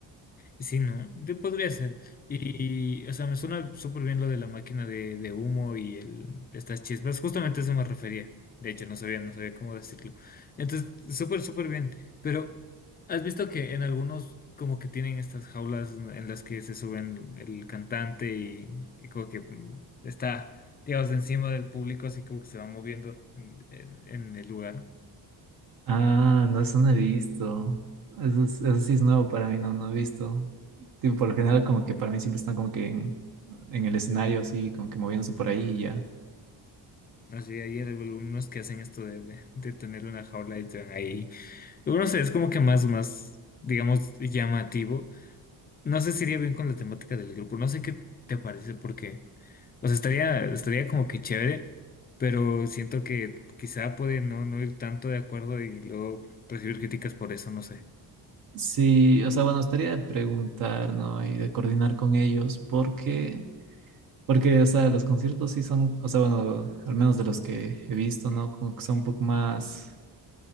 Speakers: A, on the left (about 25°); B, on the right (about 50°).
A: Sí, ¿no? De- podría ser. Y, o sea, me suena súper bien lo de la máquina de, de humo y el, estas chispas. Justamente a eso me refería. De hecho, no sabía, no sabía cómo decirlo. Entonces, súper, súper bien. Pero, ¿has visto que en algunos como que tienen estas jaulas en en las que se suben el cantante y, y como que mm, está, digamos, encima del público, así como que se va moviendo en, en- en el lugar?
B: Ah, no, eso no he visto. Eso, es- eso sí es nuevo para mí, no, no he visto. Tipo, por lo general como que para mí siempre están como que en, en el escenario así, como que moviéndose por ahí y ya.
A: Así, hay algunos que hacen esto de, de, de tener una jaula y están ahí Yo creo que es como que más, más, digamos, llamativo. No sé si iría bien con la temática del grupo. No sé qué te parece, porque, o sea, estaría, estaría como que chévere, pero siento que quizá puede no, no ir tanto de acuerdo y luego recibir críticas por eso, no sé.
B: Sí, o sea, bueno, estaría de preguntar, ¿no? Y de coordinar con ellos, porque Porque, o sea, los conciertos sí son, o sea, bueno, al menos de los que he visto, ¿no? Como que son un poco más,